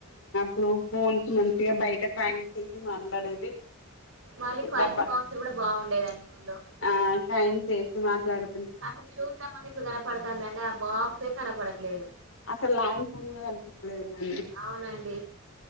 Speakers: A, on the left; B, on the right.
A: ఇప్పుడు ఫోన్స్ మంచిగా బయట కాయిన్ చేసి మాట్లాడేది
B: మళ్ళీ కాయిన్స్
A: డబ్బా
B: బాక్స్ కూడా బాగుండేదండి ఊళ్లో
A: అంటే ఆయనకీ వచేసి మాట్లాడు
B: అసలు చూద్దాంమని ఇప్పుడు కనపడతుందండి ఆ బాక్సే కనపడట్లేదు
A: అసలు ల్యాన్డ్ కూడా కనిపించడం లేదు అండి
B: అవునండి